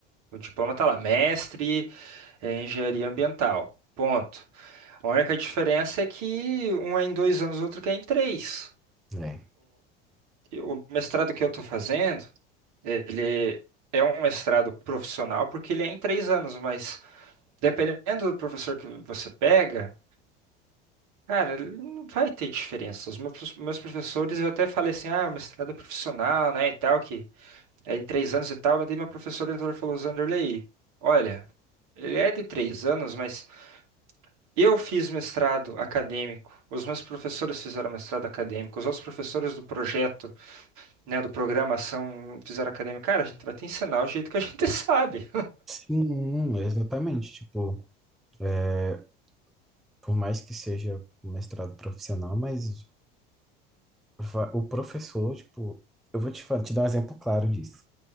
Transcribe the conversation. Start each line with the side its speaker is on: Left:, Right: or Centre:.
Right: O diploma tá lá, mestre em engenharia ambiental. Ponto. A única diferença é que um é em dois anos, o outro que é em três.
Centre: É.
Right: o mestrado que eu estou fazendo, ele é um mestrado profissional porque ele é em três anos, mas dependendo do professor que você pega, cara, ele não vai ter diferença. Os meus meus professores, eu até falei assim, ah, o mestrado é profissional, né, e tal, que é em três anos e tal, mas daí meu professor entrou e falou, Zanderlei, olha, ele é de três anos, mas eu fiz mestrado acadêmico, os meus professores fizeram mestrado acadêmico, os outros professores do projeto né, do programação, fizeram acadêmica, cara, a gente vai te ensinar o jeito que a <laughs> gente sabe.
Centre: Sim, exatamente. Tipo, é, por mais que seja um mestrado profissional, mas va- o professor, tipo, eu vou te, fa- te dar um exemplo claro disso.